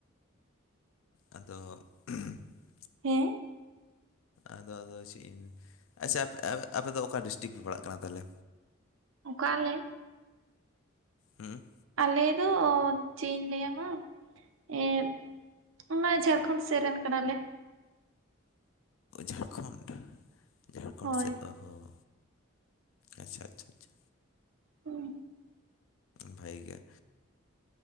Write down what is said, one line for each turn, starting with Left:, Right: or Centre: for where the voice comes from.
Left: ᱟᱫᱚ <unintelligible>
Right: ᱦᱮᱸ?
Left: ᱟᱫᱚ ᱟᱫᱚ ᱪᱮᱫ ᱤᱧ ᱟᱪᱪᱷᱟ ᱟᱯᱮ ᱟ ᱟᱯᱮ ᱫᱚ ᱚᱠᱟ ᱰᱤᱥᱴᱤᱠ ᱯᱮ ᱯᱟᱲᱟᱜ ᱠᱟᱱᱟ ᱛᱟᱦᱚᱞᱮ?
Right: ᱚᱠᱟ ᱟᱞᱮ?
Left: <inaudible> ᱦᱮᱸ
Right: ᱟᱞᱮ ᱫᱚ ᱪᱮᱫ ᱤᱧ ᱞᱟᱹᱭᱟᱢᱟ ᱮᱸᱜ ᱚᱱᱟ ᱡᱷᱟᱲᱠᱷᱚᱸᱰ ᱥᱮᱫ ᱨᱮᱱ ᱠᱟᱱᱟᱞᱮ᱾
Left: ᱡᱷᱟᱲᱠᱷᱚᱸᱰ, ᱡᱷᱟᱲᱠᱷᱚᱸᱰ
Right: ᱦᱳᱭ
Left: ᱥᱮᱫ ᱫᱚ ᱦᱚᱸ ᱟᱪᱪᱷᱟ ᱟᱪᱷᱟ ᱟᱪᱪᱷᱟ
Right: ᱦᱩᱸ
Left: ᱵᱷᱟᱜᱤ ᱜᱮᱭᱟ